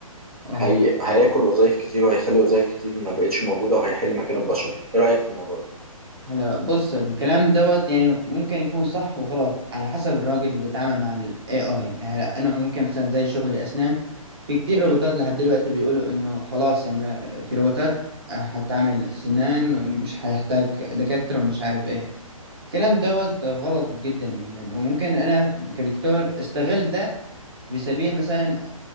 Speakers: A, on the right (about 45°); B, on the right (about 85°).
A: اه
B: هي هياكل وظائف كتير وهيخلي وظائف كتير ما بقتش موجودة وهيحل مكان البشر ايه رأيك في الموضوع ده
A: هلا بص الكلام دوت يعني ممكن يكون صح وغلط على حسب الراجل اللي بيتعامل مع ال AI يعني هلا انا ممكن مثلا زي شغل الاسنان في كتير
B: تمام
A: روبوتات لحد دلوقتي بيقولوا انه خلاص يعني ما- في روبوتات هتعمل سنان ومش هيحتاج دكاترة ومش عارف ايه الكلام دوت غلط جدا يعني لأنه ممكن انا كدكتور استغل ده في سبيل مثلا